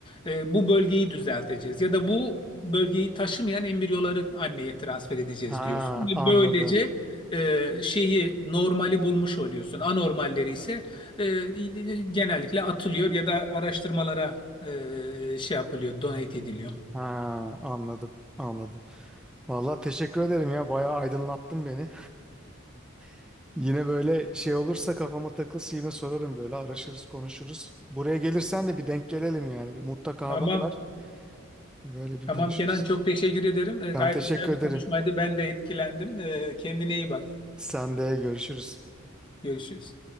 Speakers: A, on the left; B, in the centre.
A: e, bu bölgeyi düzelteceğiz ya da bu bölgeyi taşımayan embriyoları anneye transfer edeceğiz
B: Ha
A: diyorsun. Ve
B: anladım.
A: böylece e, şeyi normali bulmuş oluyorsun. Anormalleri ise e, genellikle atılıyor ya da araştırmalara e, şey yapılıyor, donate ediliyor.
B: Ha anladım. Anladım. Vallahi teşekkür ederim ya. Bayağı aydınlattın beni. <laughs> Yine böyle şey olursa kafama takılsa yine sorarım böyle araşırız konuşuruz. Buraya gelirsen de bir denk gelelim yani. Bir mutlaka
A: Tamam.
B: haber ver. Böyle bir
A: Tamam
B: buluşuruz.
A: Kenan çok teşekkür ederim. E, gayet
B: Ben teşekkür
A: güzel
B: ederim.
A: bir konuşmaydı. Ben de etkilendim. E, kendine iyi bak.
B: Sen de görüşürüz.
A: Görüşürüz.